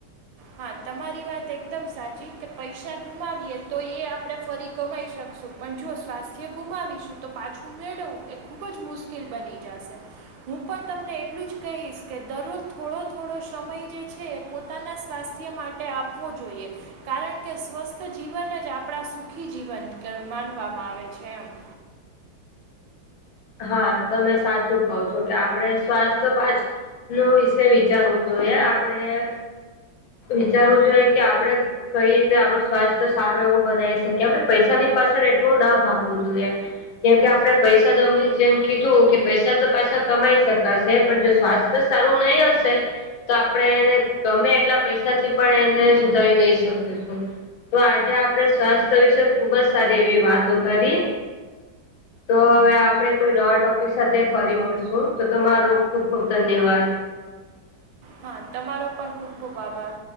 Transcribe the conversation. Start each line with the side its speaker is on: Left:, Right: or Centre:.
Right: હા તમારી વાત એકદમ સાચી કે પૈસા ગુમાવીએ તો એ આપણે ફરી કમાઈ શકશું. પણ જો સ્વાસ્થ્ય ગુમાવીશું તો પાછું મેળવવું એ ખૂબ જ મુશ્કેલ બની જશે. હું પણ તમને એટલું જ કહીશ કે દરરોજ થોડો થોડો સમય જે છે એ પોતાના. સ્વાસ્થ્ય માટે આપવું જોઈએ. કારણ કે સ્વસ્થ જીવન જ આપણા સુખી જીવન માનવામાં આવે છે એમ.
Left: હા તમે સાચું કહો છો કે આપણે સ્વાસ્થ્ય પાછ નો વિષય વિચારવું જોઈએ આપણેે વિચારવું જોઈએ કે આપડે. કઈ રીતે આપણો સ્વાસ્થ્ય સારો એવું બનાવી શકીએ આપણે પૈસાની પાછળ એટલું ના ભાગવું જોઈએ. કેમ કે આપડે પૈસા જમી જેમ કીધું કે પૈસા તો પાછા કમાઈ શકાશે પણ જો સ્વાસ્થ્ય સારું નહી હશે. તો આપણે એને ગમે એટલા પૈસાથી પણ એને સુધારી નહી શકીશું. તો આજે આપડે. સ્વાસ્થ્ય
Right: હા
Left: વિશે ખુબ જ સારી એવી વાતો કરી તો હવે. આપણે કોઈ નવા ટોપિક સાથે ફરી મળશું તો તમારો ખૂબ ખૂબ ધન્યવાદ.
Right: હા તમારો પણ ખૂબ ખૂબ આભાર.